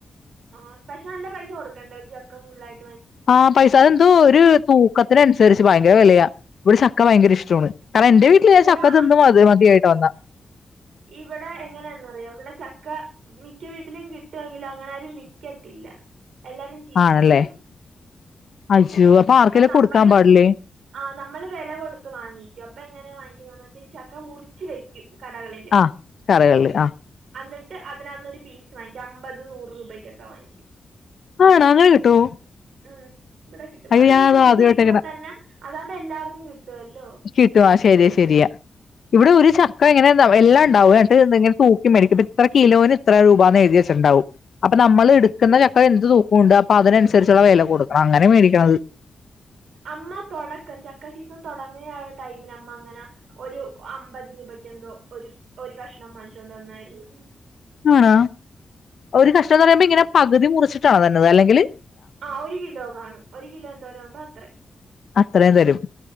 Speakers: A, on the right (about 85°); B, on the left (about 65°).
A: ആഹ് പക്ഷെ നല്ല പൈസ കൊടുക്കണ്ടെ ഒരു ചക്ക ഫുള്ളായി
B: ആഹ് പൈസ അത് എന്തോ ഒരു തൂക്കത്തിനനുസരിച്ച് ഭയങ്കര വിലയാ. ഇവിടെ ചക്ക ഭയങ്കര ഇഷ്ടോണ് കാരണം എന്റെ വീട്ടിൽ
A: ഇവിടെ
B: ഞാൻ ചക്ക തിന്ന് മതി മതിയായിട്ട് വന്നാ
A: ഇവടെ എങ്ങനെയാന്നറിയൊ ഇവിടെ ചക്ക മിക്ക വീട്ടിലും കിട്ടൊങ്കിലും അങ്ങനെ ആരും വിക്കത്തില്ല. എല്ലാരും ചീച്ച്കളയും.
B: ആണല്ലേ അയ്യോ ആർക്കെങ്കിലും
A: അപ്പൊ നമ്മള്
B: കൊടുക്കാൻ പാടില്ലേ?
A: ആ നമ്മള് വില കൊടുത്ത് വാങ്ങിക്കും അപ്പൊ എങ്ങനാ വാങ്ങിക്കുന്നന്ന് വെച്ചാ ഈ ചക്ക മുറി ച്ച് വെക്കും കടകളില്
B: ആഹ് കടകളില് ആഹ്
A: അന്നിട്ട് അതിനകന്നൊരു പീസ് വാങ്ങിക്കും അമ്പത് നൂറ് രൂപക്കൊക്കെ വാങ്ങിക്കും.
B: ആണാങ്ങനെ കിട്ടോ?
A: ഉം ഇവിടെ കിട്ടും
B: അയ്യോ
A: അത്
B: ഞാനത്
A: ഇങ്ങനെ മുറിച്ച്
B: ആദ്യമായിട്ട്
A: വെക്കുമ്പോ
B: കേക്കണ.
A: തന്നെ അതാവുമ്പൊ എല്ലാർക്കും കിട്ടുവല്ലോ.
B: കിട്ടു ആ ശെരി ശരിയാ. ഇവിടെ ഒരു ചക്ക ഇങ്ങനെനൊല്ലാംണ്ടാവും എന്നിട്ട് ഇങ്ങനെ തൂക്കി മേടിക്കും ഇപ്പ ഇത്ര കിലോന് ഇത്ര രൂപാന്ന് എഴുതിവെച്ചിട്ട്ണ്ടാവും. അപ്പൊ നമ്മൾ എടുക്ക്ന്ന ചക്ക എന്ത് തൂക്കുംണ്ട് അപ്പൊ അതിനനുസരിച്ചുള്ള വില കൊടുക്കണം അങ്ങനെ മേടിക്ക്ണത്.
A: അമ്മ തൊടക്കം ചക്ക സീസൺ തൊടങ്ങിയ ടൈമിൽ അമ്മ അങ്ങനെ ഒരു അമ്പത് രൂപക്ക് എന്തോ ഒരു ഒരു കഷ്ണം വാങ്ങിച്ചൊണ്ട് വന്നായ്ര്ന്നു.
B: ആണോ ഒരു കഷ്ണംന്ന് പറയുമ്പോ ഇങ്ങനെ പകുതി മുറിച്ചിട്ടാണോ തര്നത് അല്ലെങ്കില്
A: ആ ഒരു കിലോ കാണും ഒരു കിലോ എന്തോരൊണ്ടോ അത്രെ
B: അത്രയും തരും